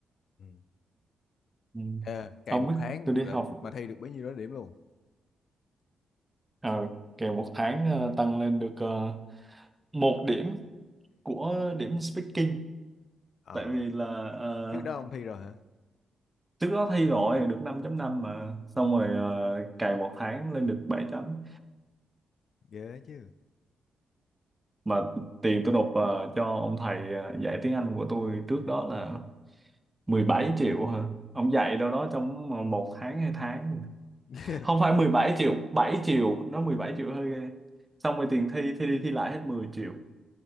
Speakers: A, on the left; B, on the right.
A: ừ.
B: ừ.
A: À, cày
B: không
A: một
B: biết
A: tháng
B: tôi đi
A: rồi
B: học
A: mà thi được bấy nhiêu đó điểm luôn.
B: ờ kèo một tháng ờ, tăng lên được ờ, một điểm của điểm speaking
A: Ờ,
B: tại vì là ờ,
A: trước đó ông thi rồi hả?
B: trước đó thi rồi được 5 năm mà xong rồi ờ, cày một tháng lên được bảy chấm
A: ghê chứ
B: mà tiền tôi nộp ờ, cho ông thầy ờ, dạy tiếng Anh của tôi trước đó là 17 triệu hả? Ông dạy đâu đó trong một tháng hai tháng. gì đó.
A: <laughs>
B: Không phải 17 triệu, 7 triệu, nó 17 triệu hơi ghê. Xong rồi tiền thi thi đi thi lại hết 10 triệu.